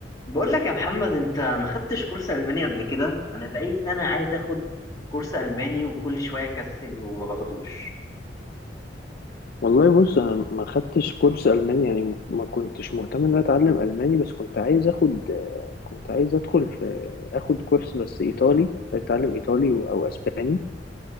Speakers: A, on the left; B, on the left.
A: بقول لك يا محمد انت ما خدتش كورس الماني قبل كده انا بقالي سنه عايز اخد كورس الماني وكل شويه اكسل وما باخدوش
B: والله بص انا ما خدتش كورس الماني يعني م- ما كنتش مهتم ان أنا اتعلم الماني بس كنت عايز اخد آه، كنت عايز ادخل في اخد كورس بس ايطالي كنت عايز اتعلم ايطالي و- او اسباني